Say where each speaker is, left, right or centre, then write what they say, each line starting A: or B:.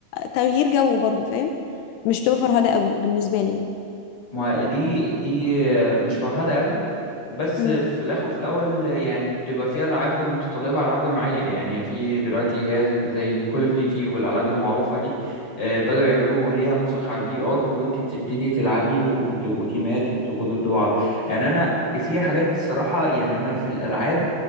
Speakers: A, on the left (about 80°); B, on the left (about 25°).
A: تغيير جو برضو فاهم مش تبقى فرهده قوي بالنسبه لي يعني.
B: ما دي دي مش فرهدة قوي بس
A: امم
B: في الاخر وفي الاول يعني بتبقى فيها العاب متطلبه العاب جماعيه يعني في دلوقتي اللي هي زي كول اوف ديوتي والالعاب المعروفه دي آه، بداوا يعملوا ليها نسخ على الفي ار وانت تبتدي تلعبي وتبقوا تيمات وبتبقوا ضد بعض يعني انا في حاجات الصراحه يعني انا في الالعاب